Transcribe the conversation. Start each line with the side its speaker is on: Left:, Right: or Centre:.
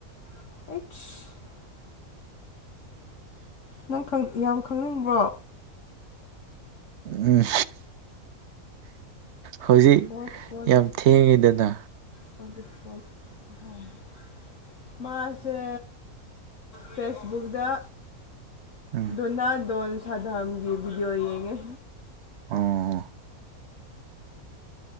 Left: ꯑꯦꯠꯁ ꯅꯪ ꯌꯥꯝ ꯈꯪꯅꯤꯡꯕ꯭ꯔꯣ
Right: ꯎꯝ ꯎꯝ ꯍꯧꯖꯤꯛ
Left: ꯐꯣꯟ ꯐꯣꯟ
Right: ꯌꯥꯝ ꯊꯦꯡꯉꯤꯗꯅ
Left: <unintelligible> ꯃꯥꯁꯦ ꯐꯦꯁꯕꯨꯛꯗ
Right: ꯎꯝ
Left: ꯣꯅ ꯗꯣꯟ ꯑꯊꯥ ꯗꯥꯝꯒꯤ ꯚꯗꯤꯑꯣ ꯌꯦꯡꯉꯦ
Right: ꯑꯣ